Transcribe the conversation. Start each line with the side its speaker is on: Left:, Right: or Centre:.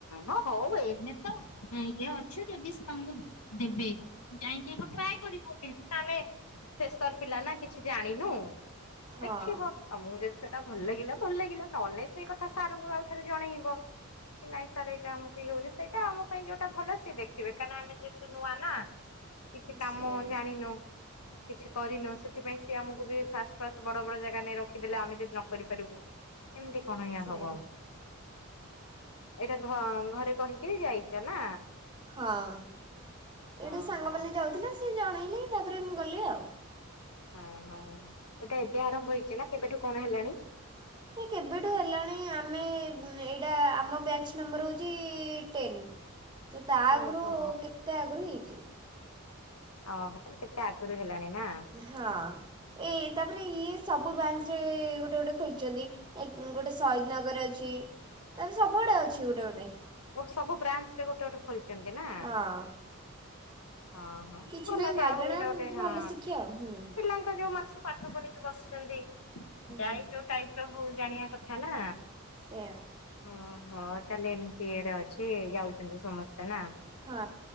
Left: ହଁ ହଉ ଏଇନେ ତ ଇଏ ଅଛି ଯଦି <unintelligible> ଦେବେ। ଯାଇଁକି ଆଗ ଟ୍ରାଏ କରିବ, ଆମେ ଫେସର ପିଲା ନା କିଛି ଜାଣିନୁ।
Right: ହଁ
Left: ଦେଖିବ? ତମକୁ ଯଦି ସେଟା ଭଲ ଲାଗିଲା ଭଲ ଲାଗିଲା ନହେଲେ ସେଇ କଥା ସାରଙ୍କୁ ଆଉଥରେ ଜଣେଇବ କି ନାଇଁ? ସାର୍ ଏଇଟା ଆମକୁ ଇଏ ହଉନି ସେଇଟା ଆମ ପାଇଁ ଯୋଉଟା ଭଲ ସିଏ ଦେଖିବେ କାହିଁକ ନା ଆମେ ଯେହେତୁ ନୂଆ ନା କିଛି କାମ
Right: ସେଇଆ
Left: ଜାଣିନୁ? କିଛି କରିନୁ ସେଥିପାଇଁ ସିଏ ଆମକୁ ବି ଫାଷ୍ଟ ଫାଷ୍ଟ ବଡ ବଡ ଜାଗା ନେଇ ରଖିଦେଲେ ଆମେ ଯଦି ନ କରିପାରିବୁ? କେମତି କଣ ଇଏ
Right: ସେଇଆ
Left: ହବ? ଏଇଟା ଘ ଘରେ କହିକିରି ଯାଇଛ ନା?
Right: ହଁ। ଏଇଠୁ
Left: ଓହୋ।
Right: ସାଙ୍ଗମାନେ ଯାଉଥିଲେ ସେ ଜଣେଇଲେ ତାପରେ ମୁଁ ଗଲି ଆଉ
Left: ହଁ ହଁ। ଏଟା ଏବେ ଆରମ୍ଭ ହେଇଛି ନା କେବେଠୁ କଣ ହେଲାଣି?
Right: ଏ କେବେଠୁ ହେଲାଣି ଆମେ ଏଇଟା ଆମ ବ୍ୟାଚ୍ ନମ୍ବର ହେଉଛି ଟେନ୍। ତ ତା ଆଗରୁ
Left: ଓହୋ।
Right: କେତେ ଆଗରୁ ହେଇଛି?
Left: ଓ ତାହଲେ କେତେ ଆଗରୁ ହେଲାଣି ନା।
Right: ହଁ ଏ ତାପରେ ଇଏ ସବୁ ବ୍ରାଞ୍ଚରେ ଗୋଟେ ଗୋଟେ ଖୋଲିଛନ୍ତି। ଗୋଟେ ସହୀଦନଗର ଅଛି ତାପରେ ସବୁ ଆଡେ ଅଛି ଗୋଟେ ଗୋଟେ
Left: ମୋର ସବୁ ବ୍ରାଞ୍ଚରେ ଗୋଟେ ଗୋଟେ ଖୋଲିଛନ୍ତି ନା?
Right: ହଁ।
Left: ହଁ ହଁ
Right: କିଛି
Left: ଭଲ
Right: ନାହିଁ
Left: ଯାହା
Right: ମାଗଣା
Left: ହଉ ଏଇଟା ଗୋଟେ ହଁ
Right: ଭଲ ଶିକ୍ଷା ଆଉ ହୁଁ
Left: ପିଲାଙ୍କ ଯୋଉ ମଣିଷ ପାଠ ପଢିକି ବସିଛନ୍ତି
Right: ହୁଁ
Left: ଯାଇ ଯୋଉ ଟାଇପର ହଉ ଜାଣିବା କଥା ନା?
Right: ସେୟା।
Left: ଓହୋ ତାହେଲେ ଏମିତି ଇଏରେ ଅଛି ଯାଉଥିଲୁ ସମସ୍ତେ ନା?
Right: ହଁ।